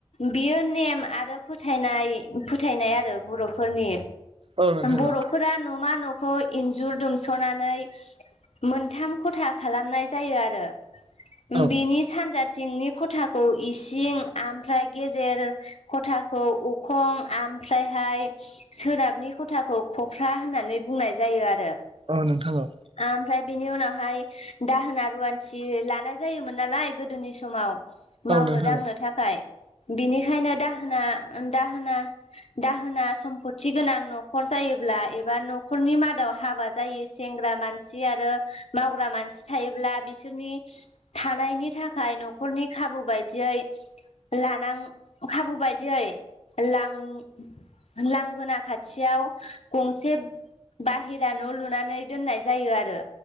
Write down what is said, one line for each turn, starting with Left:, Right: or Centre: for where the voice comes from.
Left: बियो नेम आरो फोथायनाय फोथायनाय आरो बर'फोरनि
Right: औ नोंथां
Left: बर'फोरा
Right: औ
Left: न'मा न'खौ इन्जुर दुमस'नानै मोनथाम खथा खालामनाय जायो आरो
Right: औ
Left: बेनि सानजाथिंनि खथाखौ इसिं ओमफ्राय गेजेर खथाखौ अखं आमफ्रायहाय सोनाबनि खथाखौ खफ्रा होननानै बुंनाय जायो आरो
Right: औ नोंथां औ
Left: ओमफ्राय बिनि उनावहाय दाहोना रुवान्थि लानाय जायोमोन नालाय गोदोनि समाव मावनो
Right: औ नोंथां औ नोंथां
Left: दांनो थाखाय बिनिखायनो दाहोना दाहोना दाहोना सम्पति गोनां न'खर जायोब्ला एबा न'खरनि मादाव हाबा ज जायो सेंग्रा मानसि आरो मावग्रा मानसि थायोब्ला बिसोरनि थानायनि थाखाय न'खरनि खाबु बायदियै लानां खाबु बायदियै लां लांगोना खाथियाव गंसे बाहेरा न' लुनानै दोननाय जायो आरो